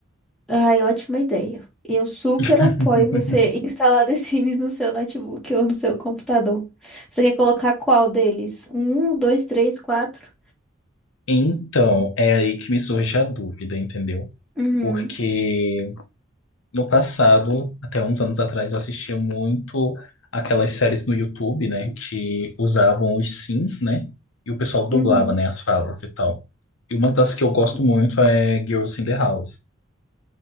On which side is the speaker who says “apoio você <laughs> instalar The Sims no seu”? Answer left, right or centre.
Centre